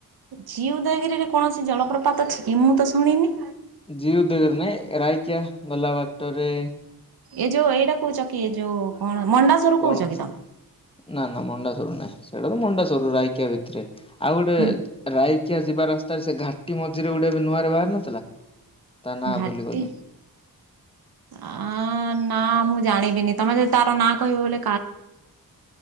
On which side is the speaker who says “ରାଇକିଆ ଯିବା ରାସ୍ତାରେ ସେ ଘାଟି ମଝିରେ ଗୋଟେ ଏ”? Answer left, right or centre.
Left